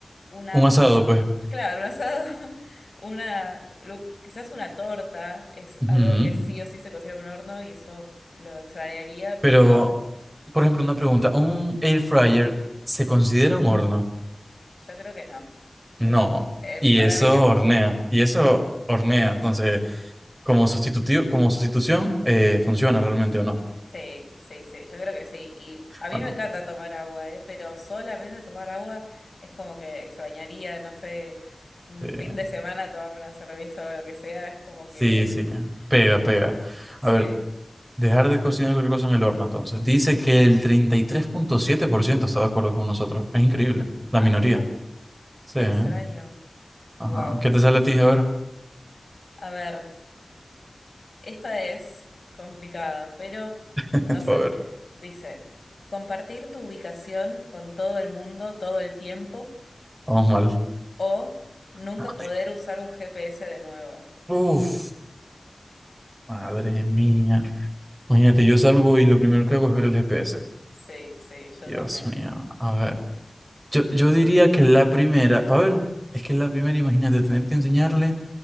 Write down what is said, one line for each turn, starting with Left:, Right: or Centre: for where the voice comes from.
Left: una,
Right: un asado, pues.
Left: claro, un asado, <laughs> una, lo- quizás una torta es
Right: Ujú,
Left: algo que sí o sí se cocina en un horno y eso lo extrañaría,
Right: Pero
Left: pero
Right: Por ejemplo, una pregunta, ¿un air fryer se considera un horno?
Left: yo creo que no. Yo
Right: No,
Left: no, eh,
Right: y
Left: para
Right: eso
Left: mí no.
Right: hornea, y eso hornea, entonces, como sustitutivo, como sustitución, eh, ¿funciona realmente o no?
Left: Sí, sí, sí, yo creo que sí. Y a mí
Right: Bueno,
Left: me encanta tomar agua, ¿eh? Pero solamente tomar agua es como que extrañaría, no sé, un
Right: eh,
Left: fin de semana tomarme una cerveza o lo que sea, es como
Right: sí,
Left: que...
Right: sí,
Left: <laughs>
Right: pega, pega.
Left: Sí.
Right: A ver, dejar de cocinar cualquier cosa en el horno, entonces. Dice que el 33.7% está de acuerdo con nosotros, es increíble, la
Left: Ah,
Right: minoría.
Left: mira,
Right: Sí,
Left: qué
Right: ¿eh?
Left: extraño.
Right: ajá.
Left: Wow.
Right: ¿Qué te sale a ti? A ver,
Left: A ver, esta es complicada, pero
Right: <laughs>
Left: no sé.
Right: a ver,
Left: Dice, compartir tu ubicación con todo el mundo todo el tiempo
Right: vamos mal.
Left: o nunca
Right: Ay,
Left: poder usar un GPS de nuevo.
Right: Uf, madre mía. Imagínate, yo salgo y lo primero que hago es ver el GPS.
Left: Sí, sí, yo
Right: Dios
Left: también.
Right: mío, a ver. Yo, yo diría que la primera, a ver, es que la primera, imagínate, tener que enseñarle